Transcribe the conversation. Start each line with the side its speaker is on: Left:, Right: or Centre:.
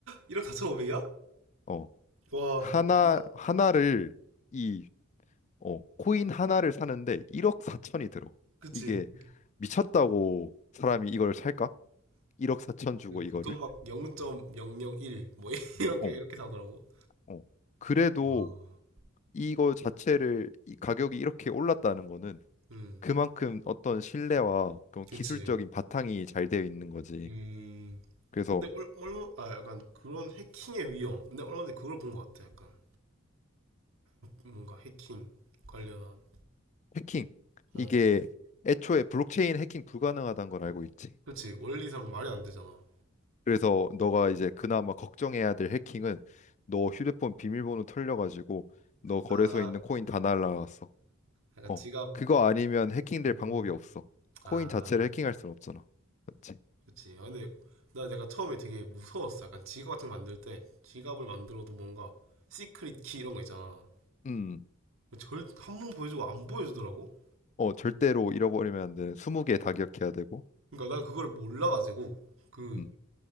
Right: 1억 4 5오백이야
Left: 어.
Right: 와.
Left: 하나
Right: 나,
Left: 하나를 이 어, 코인 하나를 사는데 1억 4천이
Right: 음.
Left: 들어.
Right: 그치.
Left: 이게 미쳤다고 사람이 이걸 살까? 1억 4천 주고
Right: 그
Left: 이거를?
Right: 보통 막 0.001, 뭐, <laughs> 이렇게,
Left: 어,
Right: 이렇게 사더라고.
Left: 어. 그래도
Right: 와.
Left: 이거 자체를 이 가격이 이렇게 올랐다는 거는
Right: 음,
Left: 그만큼 어떤 신뢰와 그런
Right: 그치.
Left: 기술적인 바탕이 잘 되어 있는 거지.
Right: 음,
Left: 그래서
Right: 근데 얼, 얼마, 아, 약간 그런 해킹의 위험. 근데 얼마 전에 그걸 본 것 같아. 약간 뭔가 해킹 관련한.
Left: 해킹
Right: 어,
Left: 이게 애초에 블록체인 해킹 불가능하다는 걸 알고 있지.
Right: 그렇지. 원리상 말이 안 되잖아.
Left: 그래서 너가 이제 그나마 걱정해야 될 해킹은 너 휴대폰 비밀번호 털려가지고 너 거래소에
Right: 아,
Left: 있는 코인 다 날라갔어.
Right: 약간
Left: 어,
Right: 지갑.
Left: 그거 아니면 해킹될
Right: 음,
Left: 방법이 없어. 코인
Right: 아,
Left: 자체를 해킹할 순 없잖아. 맞지?
Right: 그렇지. 아, 근데 나 내가 처음에 되게 무서웠어. 약간 지갑 같은 거 만들 때 지갑을 만들어도 뭔가 시크릿 키 이런 거 있잖아.
Left: 음,
Right: 절, 한 번 보여주고 안 보여주더라고?
Left: 어 절대로 잃어버리면 안 되는 20개 다 기억해야 되고.
Right: 그러니까 난 그걸 몰라가지고 그
Left: 음,